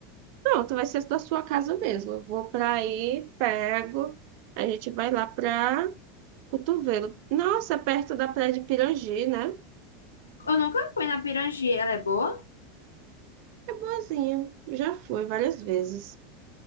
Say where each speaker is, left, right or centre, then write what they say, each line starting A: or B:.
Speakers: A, on the right (about 55°); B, on the left (about 75°).
A: Pronto, vai ser da sua casa mesmo. Eu Vou pra aí, pego. A gente vai lá pra Cotovelo. Nossa, é perto da Praia de Pirangi, né?
B: Eu nunca fui na Pirangi, ela é boa?
A: É boazinha. Já fui várias vezes.